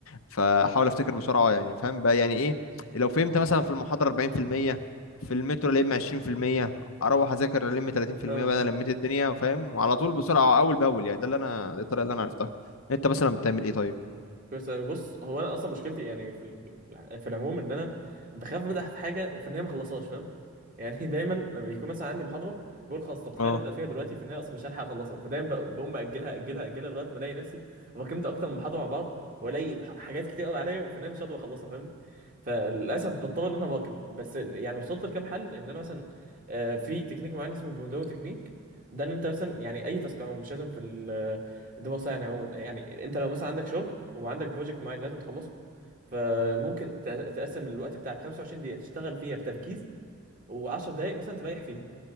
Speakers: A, on the left; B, on the right.
A: فاحاول افتكر بسرعه يعني فاهم بقى يعني ايه لو فهمت مثلا في المحاضره 40% في المية، في المترو لم 20% اروح اذاكر الم 30%
B: فاهمك
A: بقى انا لميت الدنيا فاهم وعلى طول بسرعه اول باول يعني ده اللي انا دي الطريقه اللي انا عرفتها انت مثلا بتعمل ايه طيب
B: كويس أوي. بص هو انا اصلا مشكلتي يعني في ال- في العموم ان انا بخاف ابدا في حاجه وفي النهايه ما اخلصهاش فاهم يعني <laughs> دايما لما بيكون مثلا عندي محاضره بقول خلاص طب تخيل
A: اه
B: ابدا فيها دلوقتي في النهايه اصلا مش هلحق اخلصها فدايما ب- بقوم اجلها اجلها اجلها لغايه ما الاقي نفسي واكلمت اكتر من محاضره مع بعض والاقي مح- حاجات كتير قوي عليا وفي النهايه مش هقدر اخلصها فاهمني فللاسف بضطر ان انا واكم بس ال- يعني وصلت لكام حل ان انا مثلا آه، في تكنيك معين اسمه بومودورو تكنيك ده ان انت مثلا يعني اي تاسك عموما مش لازم في ال- الدراسه يعني عموما يعني انت لو مثلا عندك شغل وعندك بروجكت معين لازم تخلصه فممكن تق- تقسم الوقت بتاعك 25 دقيقة تشتغل فيها بتركيز و10 دقايق مثلا تريح فيها